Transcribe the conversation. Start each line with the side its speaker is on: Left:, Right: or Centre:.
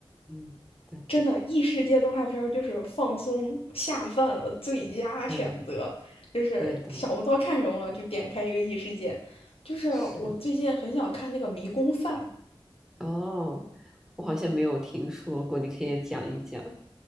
Centre: 嗯，对
Left: 真的异世界动画片就是放松下饭的最佳选择，
Centre: 对
Left: 就是想不到看什么了就点开一个异世界。
Centre: 对对，
Left: 就是我最近很想看那个《迷宫饭》，
Centre: 是。哦，我好像没有听说过，你可以讲一讲。